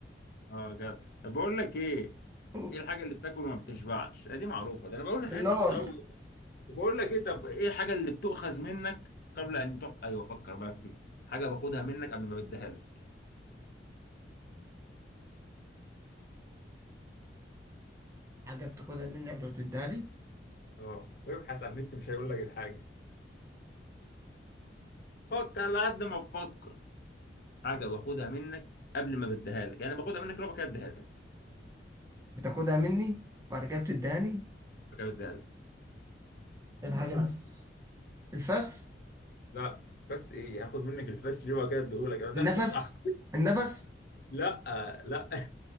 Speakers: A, on the left; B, on the right.
A: اه جد طب بقول لك ايه
B: <laughs>
A: ايه الحاجة اللي بتاكل وما بتشبعش آه، دي معروفة ده انا بقول لك حاجات
B: النار
A: عبيطة قوي بقول لك ايه طب ايه الحاجه اللي بتؤخذ منك قبل ان تحط ايوه فكر بقى في دي حاجه باخدها منك قبل ما بديها لك
B: حاجة بتاخدها مني قبل ما تديها لي <laughs>
A: اه وابحث عن النت مش هيقول لك الحاجه فكر لحد ما تفكر حاجه باخدها منك قبل ما بديها لك يعني باخدها منك لو كده اديها لك
B: بتاخدها مني وبعد كده بتديهاني
A: بعد كده بديها لك
B: إيه الحاجة دي نفس الفس
A: لا بس ايه هاخد منك الفاس ليه وكده اديهولك انا تاخده
B: النفس
A: انت <laughs> أح-
B: النفس
A: لا لا <laughs>